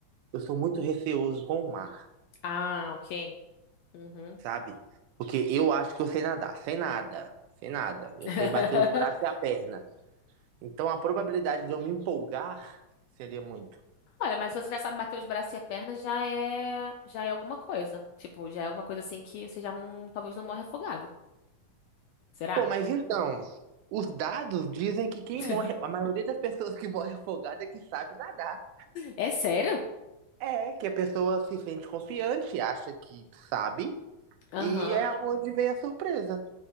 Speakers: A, on the right (about 85°); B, on the left (about 80°).
A: eu sou muito receoso com o mar,
B: Ah, ok. Uhum.
A: sabe? Porque eu acho que eu sei nadar, sem nada, sem nada. Eu
B: <laughs>
A: sei bater os braços e a perna. Então a probabilidade de eu me empolgar seria muito.
B: Olha, mas se você já sabe bater os braços e a perna, já é, já é alguma coisa. Tipo, já é alguma coisa assim que você já não, talvez não morre afogado. Será?
A: Pô, mas então, os dados dizem que quem
B: <laughs>
A: morre, a maioria das pessoas que morre afogada é que sabe nadar.
B: É sério?
A: É, que a pessoa se sente confiante, acha que sabe,
B: Aham.
A: e é onde vem a surpresa.